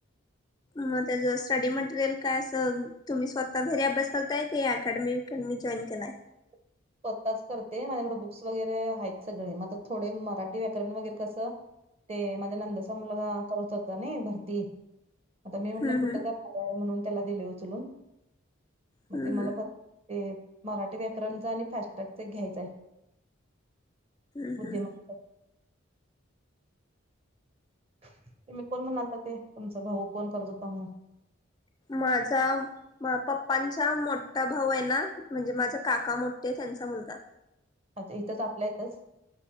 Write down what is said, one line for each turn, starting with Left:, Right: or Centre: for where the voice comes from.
Left: मग त्याच स्टडी मटेरियल काय असं तुम्ही स्वतः घरी अभ्यास करताय की अकॅडमी-डमी जॉईन करताय. केलाय.
Right: स्वताच करते माझ एवडं बुक्स वगैरे आहेत. सगळे मग थोडे मराठी व्याकरण वगैर कसं. ते माझ्या नंदाचा मुलगा करत होता ना भरती. आता मी म्हणलं
Left: हम्म
Right: कुठं
Left: हम्म
Right: का आहे म्हणून त्याला दिले उचलून. मग
Left: हम्म
Right: ते मला प ते मराठी व्याकरणचा आणि- फास्टट्रॅक घ्यायच आहे
Left: हम्म
Right: बुद्धिमत्ता.
Left: हम्म
Right: तेमी कोण म्हणालता ते तुमचा भाऊ कोण करत होता म्हणून.
Left: माझा पप्पांचा मोठा भाऊ आहे ना म्हणजे माझ काका मोठे- त्यांचा मुलगा.
Right: अच्छा इथंच आपल्या इथच.